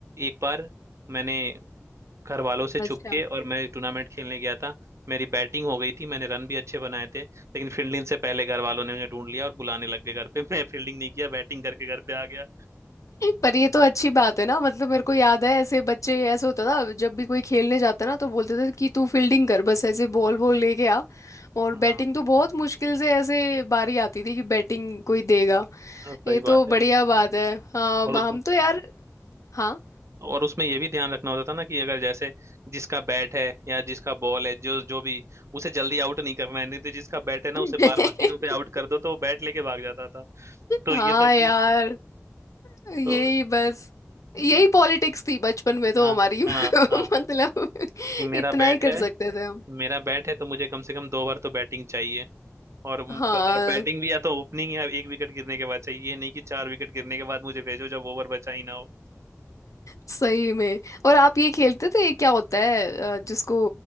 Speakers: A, on the right; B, on the left.
A: एक बार मैंने घर वालों से
B: अच्छा
A: छुप के और मैं टूर्नामेंट खेलने गया था मेरी बैटिंग हो गई थी मैंने रन भी अच्छे बनाए थे लेकिन फील्डिंग से पहले घर वालों ने मुझे ढूंढ लिया और बुलाने लग गए घर पे <laughs> मैं फील्डिंग नहीं किया बैटिंग करके घर पे आ गया
B: पर ये तो अच्छी बात है ना मतलब मेरे को याद है ऐसे बच्चे ऐसे होता था जब भी कोई खेलने जाता ना तो बोलते थे कि तू फील्डिंग कर बस ऐसे बॉल बॉल लेके आ और
A: हाँ
B: बैटिंग तो बहुत मुश्किल से ऐसे बारी आती थी कि बैटिंग कोई देगा
A: हाँ, सही
B: ये
A: बात
B: तो
A: है
B: बढ़िया बात है हाँ
A: और
B: म-
A: उस
B: हम तो यार हाँ
A: और उसमें ये भी ध्यान रखना होता था ना कि अगर जैसे जिसका बैट है या जिसका बॉल है जो जो भी उसे जल्दी आउट नहीं करना है नहीं तो जिसका बैट है ना
B: <laughs>
A: उसे बार बार जीरो पे आउट कर दो तो वो बैट लेके भाग जाता था तो
B: हाँ
A: ये था कि
B: यार यही
A: तो
B: बस यही
A: ये
B: पॉलिटिक्स थी बचपन में तो
A: हाँ
B: हमारी <laughs>
A: हाँ हाँ
B: मतलब
A: कि मेरा
B: इतना
A: बैट
B: ही कर
A: है
B: सकते थे हम
A: मेरा बैट है तो मुझे कम से कम दो बार तो बैटिंग चाहिए और ब-
B: हाँ
A: और बैटिंग भी या तो ओपनिंग या एक विकेट गिरने के बाद चाहिए ये नहीं कि चार विकेट गिरने के बाद मुझे भेजो जब ओवर बचा ही ना हो
B: सही में और आप ये खेलते थे ये क्या होता है अ, जिसको